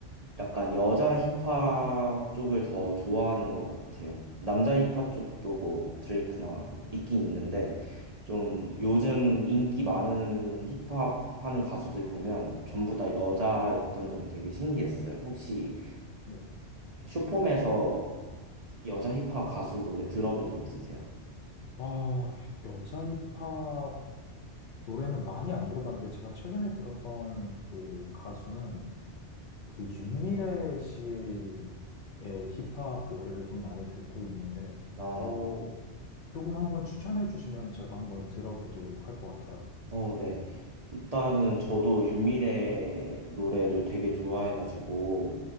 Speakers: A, on the right; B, on the left.
A: 약간 여자 힙합 쪽을 더 좋아하는 것 같아요. 남자 힙합 쪽도 뭐 드레이크나 있긴 있는데 좀 요즘 인기 많은 힙합 하는 가수들 보면 전부 다 여자였던 점이 되게 신기했어요. 혹시
B: 네.
A: 쇼폼에서 여자 힙합 가수 노래 들어본 적 있으세요?
B: 아, 여자 힙합 노래는 많이 안 들어봤는데 제가 최근에 들었던 그 가수는 그 윤미래 씨의 힙합 노래를 좀 많이 듣고 있는데,
A: 아,
B: 어, 조금 한번 추천해 주시면 제가 한번 들어보도록 할 것 같아요.
A: 어, 네. 일단은 저도 윤미래 노래를 되게 좋아해가지고